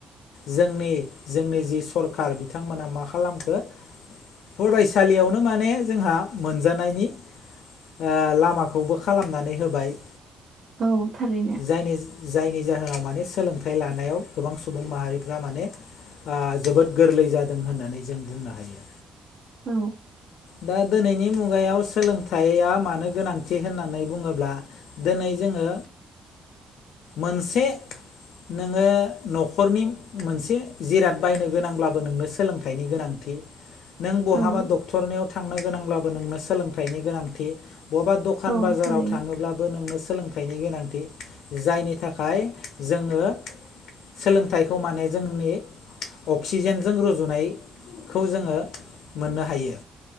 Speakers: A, on the left (about 80°); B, on the right (about 60°).
A: जोंनि जोंनि जि सरखार बिथांमोना मा खालामखो? फरायसालियावनो माने जोंहा मोनजानायनि आ लामाखौबो खालामनानै होबाय।
B: औ थारैनो।
A: जायनि जायनि जाहोनाव माने सोलोंथाइ लानायाव गोबां सुबुं माहारिफ्रा माने ओ जोबोद गोरलै जादों होननानै जों बुंनो हायो।
B: औ!
A: दा दोनैनि मुगायाव सोलोंथाइया मानो गोनांथि होननानै बुङोब्ला दोनै जोङो मोनसे नोङो न'खरनि मोनसे जिराद बायनो गोनांब्लाबो नोंनो सोलोंथाइनि गोनांथि। नों बहाबा
B: औ
A: डक्टरनियाव थांनो गोनांब्लाबो नोंनो सोलोंथाइनि गोनांथि बहाबा डक- दखान
B: औ
A: बाजाराव
B: थारैनो
A: थाङोब्लाबो नोंनो सोंलों बेनि गोनांथि जायनि थाखाय जोङो सोलोंथाइखौ माने जोंनि अक्सिजेनजों रुजुनाय खौ जोङो मोननो हायो।